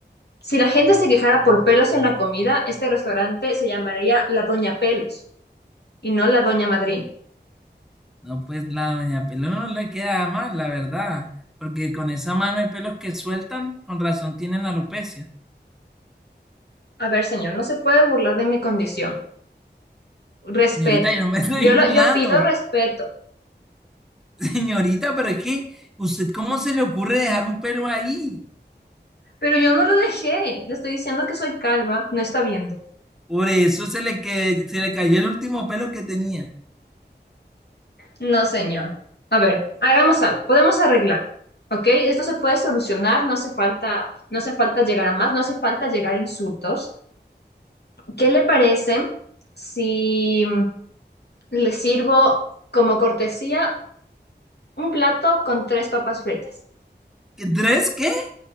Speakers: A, on the left; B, in the centre.
A: Si la gente se quejara por pelos en la comida, este restaurante se llamaría La Doña Pelos y no La Doña Madrina.
B: No, pues la doña pelo no le queda mal, la verdad, porque con esa mano de pelos que sueltan, con razón tienen alopecia.
A: A ver, señor, no se puede burlar de mi condición. Respeto.
B: Señorita, yo no me <laughs> estoy
A: Yo,
B: burlando.
A: lo, yo pido respeto,
B: Señorita, pero es que, ¿usted cómo se le ocurre dejar un pelo ahí?
A: pero yo no lo dejé. Le estoy diciendo que soy calva, no está viendo.
B: Por eso se le, que, se le cayó el último pelo que tenía.
A: No, señor. A ver, hagamos algo, podemos arreglar. ¿Ok? Esto se puede solucionar, no hace falta, no hace falta llegar a más, no hace falta llegar a insultos. ¿Qué le parece si le sirvo como cortesía Un plato con tres papas fritas.
B: ¿Qué- ¿Tres qué?